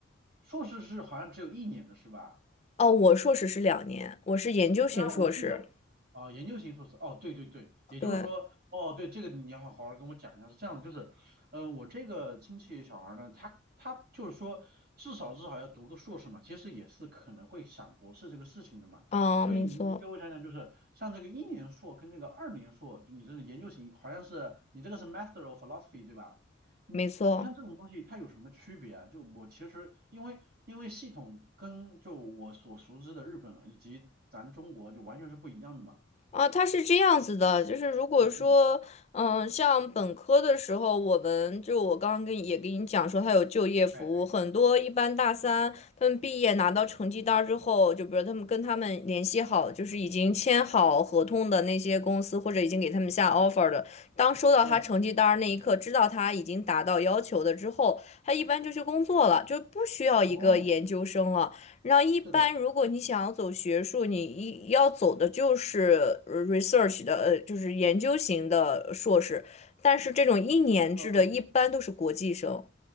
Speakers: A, on the right; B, on the left.
A: 硕士是好像只有一年的是吧？
B: 哦，我硕士是两年，我是研究型硕士。
A: 对啊，我记得啊、研究型硕士，哦，对对对，也就是说，
B: 对，
A: 哦，对，这个你要好好跟我讲一下，是这样的，就是，嗯、我这个亲戚小孩儿呢，他他就是说，至少至少要读个硕士嘛，其实也是可能会想博士这个事情的嘛，
B: 嗯，
A: 所以你你给我讲讲，
B: 没错，
A: 就是像这个一年硕跟那个二年硕，就你这个研究型，好像是你这个是 Master of Philosophy 对吧？你你像这种东西，
B: 没错。
A: 它有什么区别啊？就我其实因为因为系统跟就我所熟知的日本以及咱中国就完全是不一样的嘛。
B: 啊，他是这样子的，就是如果说，
A: 嗯嗯，
B: 嗯，像本科的时候，我们就我刚刚跟也跟你讲说，他有就业服务，
A: 哎哎，
B: 很多一般大三他们毕业拿到成绩单儿之后，就比如他们跟他们联系好，就是已经签好合同的那些公司，或者已经给他们下 offer 的，当收到他成绩单儿那一刻，
A: 嗯，
B: 知道他已经达到要求的之后，他一般就去工作了，就不需要一个研究生了。
A: 哦，
B: 然后一般如果你想要走学术，
A: 是的，
B: 你一要走的就是呃 research 的，呃，就是研究型的硕士。但是这种一年制的，
A: 嗯嗯，
B: 一般都是国际生，